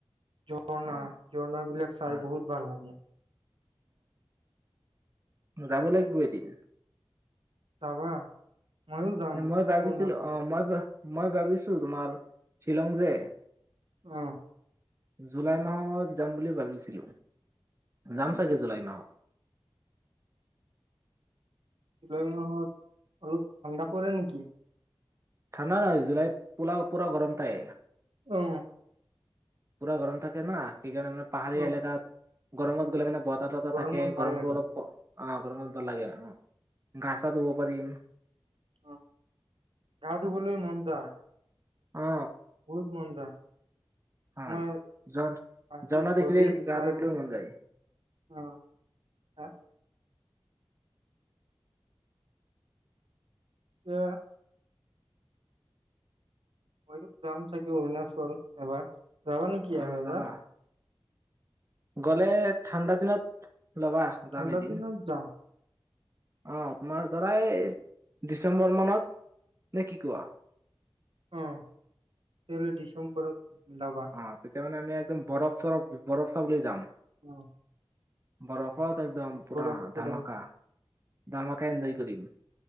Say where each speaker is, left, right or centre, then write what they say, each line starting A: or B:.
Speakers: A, on the right (about 80°); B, on the right (about 35°).
A: ঝৰ্ণা
B: অ
A: ঝৰ্ণ বিলাক চাই
B: হয়,
A: বহুত ভাল লাগে।
B: উম যাব লাগিব এদিন।
A: যাবা। ময়ো যাম
B: মই ভাবিছিলোঁ
A: অৰুণাচল
B: অ মই মই ভাবিছোঁ তোমাৰ শ্বিলং যে
A: অ
B: জুলাই মাহত যাম বুলি ভাবিছিলো যাম চাগে জুলাই মাহত।
A: জুলাই মাহত অলপ ঠাণ্ডা পৰে নেকি?
B: ঠাণ্ডা নহয় জুলাই পোৰা পোৰা গৰম পায়।
A: অ
B: পুৰা গৰম থাকে না সেইকাৰণে মানে পাহাৰীয়া
A: অ
B: এলেকাত গৰমত গ'লে মানে ব ততা ততা
A: গৰমত
B: থাকে
A: ভাল
B: গৰমতটো
A: লাগে
B: অলপ অ গৰমত ভাল লাগে অ গা চা ধুব পাৰিম
A: অ গা ধুবলে মন যায়
B: অ
A: বহুত মন যায়।
B: হয়,
A: তোমাৰ
B: জ
A: পাছত
B: ঝৰ্ণা দেখিলে
A: গ'লেই তোমাৰ
B: গা ধবলৈ মন যায়।
A: অ। তাত <unintelligible> মইতো যাম চাগে অৰুণাচল এবাৰ, যাবা নেকি
B: অ
A: আৰু এবাৰ!
B: যাবা গ'লে ঠাণ্ডা দিনত ওলাবা, যাম
A: ঠাণ্ডা
B: এদিন।
A: দিনত যাম
B: অঁ, তোমাৰ ধৰা এ ডিচেম্বৰ মানত, নে কি কোৱা!
A: অ, তেতিয়াহ'লে ডিচেম্বৰত যাবা।
B: অ, তেতিয়া মানে আমি একদম বৰফ-চৰফ, বৰফ চাবলে যাম।
A: উম।
B: বৰফত একদম পুৰা
A: বৰফ পৰে
B: ধামাকা-ধমাকাই এঞ্জয় কৰিম।